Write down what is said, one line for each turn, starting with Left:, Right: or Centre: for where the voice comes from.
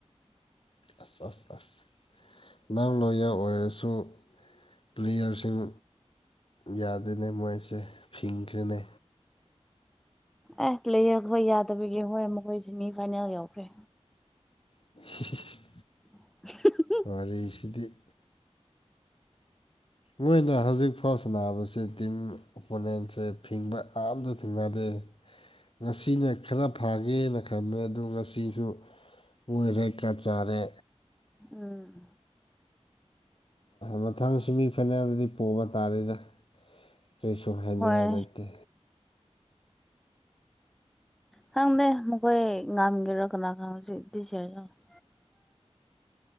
Left: ꯑꯁ ꯑꯁ ꯑꯁ ꯅꯪ ꯂꯣꯏꯌꯦꯜ ꯑꯣꯏꯔꯁꯨ ꯄ꯭ꯂꯦꯌꯔꯁꯤꯡ ꯌꯥꯗꯦꯅꯦ ꯃꯣꯏꯁꯦ ꯐꯤꯡꯈ꯭ꯔꯦꯅꯦ
Centre: ꯑꯦ ꯂꯩꯔ ꯍꯣꯏ ꯌꯥꯗꯕꯒꯤ ꯍꯣꯏ ꯃꯈꯣꯏ ꯁꯦꯃꯤ ꯐꯥꯏꯅꯦꯜ ꯌꯧꯈ꯭ꯔꯦ
Left: <unintelligible>
Centre: <unintelligible> <inaudible>
Left: ꯋꯥꯔꯤꯁꯤꯗꯤ <inaudible> ꯃꯣꯏꯅ ꯍꯧꯖꯤꯛ ꯐꯥꯎ ꯁꯟꯅꯥꯕꯁꯤ ꯗꯤꯝ ꯑꯣꯄꯣꯅꯦꯟꯁꯦ ꯐꯤꯡꯕ ꯑꯝꯇ ꯊꯦꯡꯅꯗꯦ ꯉꯁꯤꯅ ꯈꯔ ꯐꯒꯦꯅ ꯈꯟꯕ ꯑꯗꯨ ꯉꯁꯤꯁꯨ ꯃꯣꯏ ꯔꯦꯠ ꯀꯥꯔꯠ ꯆꯥꯔꯦ
Centre: ꯎꯝ
Left: ꯃꯊꯪ ꯁꯤꯃꯤꯐꯥꯏꯅꯦꯜꯗꯗꯤ ꯄꯣꯕ ꯇꯥꯔꯦꯗ ꯀꯩꯁꯨ ꯍꯥꯏꯅꯤꯡꯉꯥꯏ
Centre: ꯍꯣꯏ
Left: ꯂꯩꯇꯦ
Centre: ꯈꯪꯗꯦ ꯃꯈꯣꯏ ꯉꯝꯒꯦꯔꯣ ꯀꯅꯥꯅ <unintelligible>